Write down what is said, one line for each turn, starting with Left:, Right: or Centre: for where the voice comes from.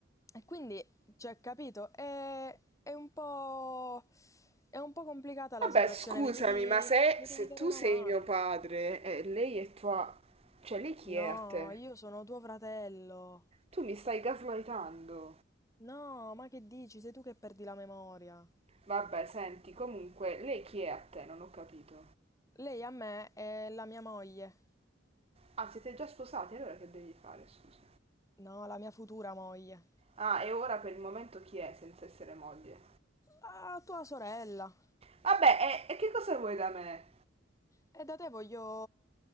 Left: E, quindi, cioè, capito, è, è un po', è un po' complicata
Right: Vabbè,
Left: la situazione.
Right: scusami,
Left: Mi devi,
Right: ma se,
Left: mi
Right: se
Left: devi dare
Right: tu
Left: una
Right: sei
Left: mano.
Right: mio padre e lei è tua... Cioè, lei chi
Left: No,
Right: è a te?
Left: io sono tuo fratello.
Right: Tu mi stai gaslightando.
Left: No, ma che dici? Sei tu che perdi la memoria.
Right: Vabbè, senti, comunque, lei chi è a te? Non ho capito.
Left: Lei a me è la mia moglie.
Right: Ah, siete già sposati, allora che devi fare, scusa?
Left: No, la mia futura moglie.
Right: Ah, e ora per il momento chi è senza essere moglie?
Left: Ah, tua sorella.
Right: Vabbè, e, e che cosa vuoi da me?
Left: E da te voglio...